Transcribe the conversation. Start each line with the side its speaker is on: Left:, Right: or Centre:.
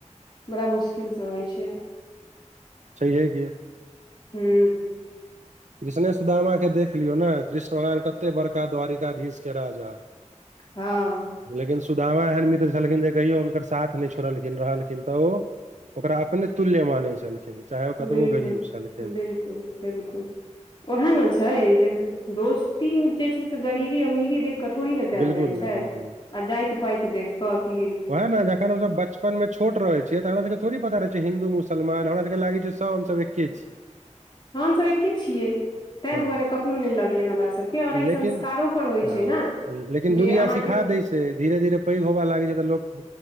Left: बड़ा मुश्किल से होइ छै।
Right: सहीएै क
Left: हू।
Right: कृष्णे सुदामा के देख लियौ ने कृष्ण भगवान कते बड़का द्वारिकाधीश के राजा
Left: हँ।
Right: लेकिन सुदामा एहन मित्र छलखिन जे कहियो हुनकर साथ नहि छोड़लखिन रहलखिन, तऽ ओ ओकरा अपने तुल्य मानै छलखिन चाहे ओ कतबो
Left: बिलकुल-बिलकुल
Right: गरीब छलखिन
Left: बिलकुल ओएहे ने छै जे दोस्ती जे छै से गरीबी अमीरी देख के थोड़ी ने कयल
Right: बिल्कुल
Left: जाइ छै
Right: नहि बिल्कुल नहि।
Left: आ जाइत पाइत देख क की
Right: वएह ने जखन हमस बचपन में छोट रहै छियै तऽ हमरा सबके थोड़े पता रह छै हिन्दू-मुसलमान हमरा सबके लागे छै सब हमस एके छी।
Left: हमसभ एके छियै। ताहि
Right: हँ
Left: दुआरे कखनो नहि लगलै हमर सभके आओर ई
Right: लेकिन
Left: संस्कारोपर होइत
Right: हँ
Left: छै ने
Right: लेकिन दुनििया
Left: जे अहाँके
Right: सिखा दै छै, धीरे धीरे पैघ होबय लागै छै, तऽ लोक